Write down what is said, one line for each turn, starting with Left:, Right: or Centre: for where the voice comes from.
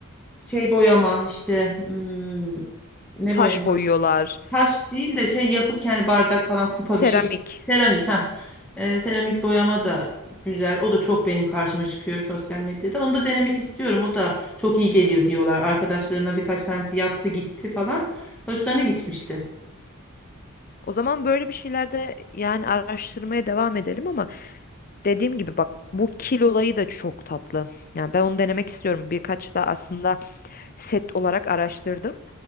Centre: şey boyama işte mm, ne
Left: Taş
Centre: boyama?
Left: boyuyorlar,
Centre: Taş değil de şey yapıp kendi bardak falan kupa
Left: seramik.
Centre: bir şey. Seramik ha. Ee, seramik boyama da güzel. O da çok benim karşıma çıkıyor sosyal medyada. Onu da denemek istiyorum. O da çok iyi geliyor diyorlar. Arkadaşlarımdan birkaç tanesi yaptı gitti falan. Hoşlarına gitmişti.
Left: O zaman böyle bir şeylerde yani araştırmaya devam edelim ama dediğim gibi bak bu kil olayı da çok tatlı. Yani ben onu denemek istiyorum. Birkaç da aslında set olarak araştırdım.